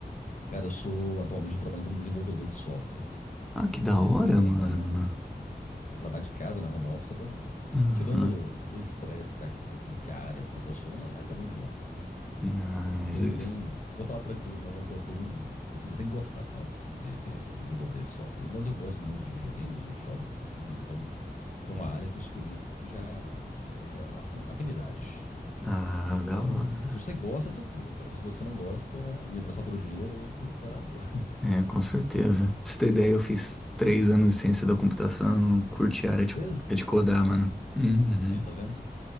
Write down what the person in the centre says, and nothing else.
Ah, que da
hora,
mano.
Uhum.
Ah, mas.
isso-
Ah,
da hora.
É, com certeza. Pra você ter ideia, eu fiz três anos de ciência da computação, não curti a área de,
é de codar, mano. Uhum.